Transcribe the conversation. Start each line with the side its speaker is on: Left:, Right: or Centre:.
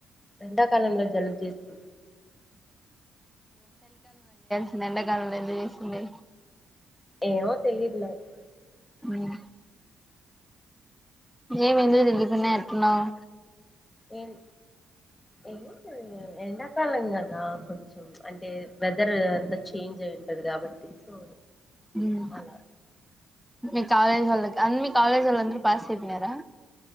Left: ఎండాకాలంలో జలుబు జేస్తూ
Centre: నేన్ ఎండా కాలంలో ఎందుకు జెస్సుండే
Left: ఏమో తెలీద్ నాక్
Centre: ఊమ్ ఏం ఇందు దిల్లీప్పున్న ఎట్లునావ్
Left: ఎన్ ఏ ఎండక్ తెలంగాణ కొంచం అంటే వెదర్ అంతా చేంజ్ అయి ఉంటది కాబట్టి సో
Centre: హ్మ్
Left: అలా
Centre: మీ కాలేజ్ వాళ్లక్ అందు మీ కాలేజ్ వాల్ అందరు పాస్ అయిపొయినారా